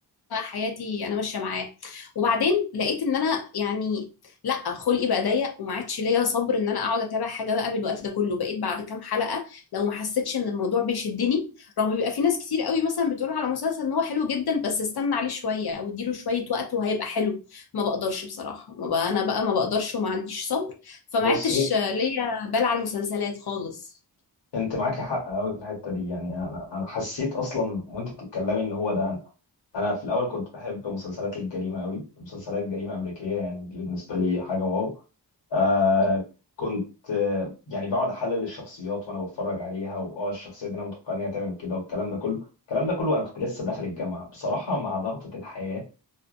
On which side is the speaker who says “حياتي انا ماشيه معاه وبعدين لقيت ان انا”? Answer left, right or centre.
Left